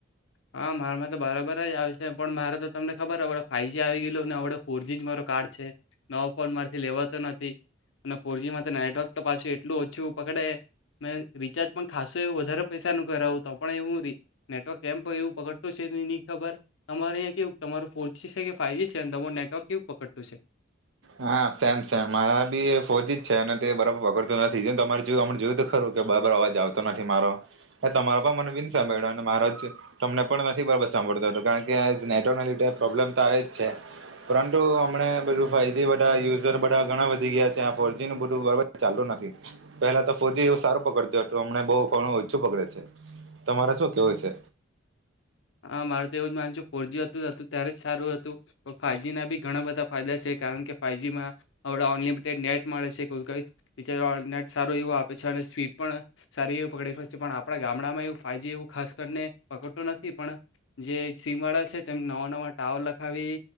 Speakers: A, on the left; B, on the right.
A: હા મારામાં તો બરાબર જ આવે છે પણ મારે તો તમને ખબર આપડ ફાઇવજી આવી ગયેલું નેડ ફોરજી જ મારો કાર્ડ છે નવાો ફોન મારીથી લેવાતો નથી અને ફોરજી મા તો નેટવર્ક તો પાછું એટલું ઓછું પકડે મેં રિચાર્જ પણ ખાસું એવું વધારે પૈસા ન કરાવું તો પણ એ હું. નેટવર્ક સીમ એવું પકડતું છે. એની ખબર તમારે અહીંયા કેવું તમારું ફોર જ છે કે ફાઈવ જી છે. અને તમારું નેટવર્ક કેવું પકડતું છે.
B: હા સેમસંગ મારા બી ફોજી જ છે અને તે બરાબર પકડતું નથી જે તમારે જો જોયું ખરું કે બરાબર અવાજ આવતો નથી મારો એ તમારો પણ મને બીન સાંભળ્યો અને મારો જ તમને પણ નથી બરાબર સાંભળતો હતો કારણ કે આ નેટવર્ક ના લીધ પ્રોબ્લેમ તો આવે જ છે. પરંતુ હમને બધું ફ યુઝર બા ઘણા વધી ગયા છે ફોરજી નું બધું ચાલુ નથી પેલા તો ફોરજી એવું સારું પકડતું હતું અમને બહુ ઓછું પકડે છે. તમારે શું કેવું છે.
A: હ મારું તો એવું જ માનું છેું ફોરજી હતું જ હતું ત્યારે જ સારું હતું ફાવજી ના બી ઘણા બધા ફાયદા છે કારણ કે ફાજીમાં આપ અનલિમિટેડ નેટ મળે છે કોઈ નેટ સારું એવું આપે છે અને સ્પીડ પણ સારી એવું પકડી શકે છે. પણ આપડા ગામડામાં એવું ફાઈજી એવું ખાસ કરીને પકડતું નથી. પણ જે સીમ વાળા છે તેમ નવા નવા ટાવર લખાવી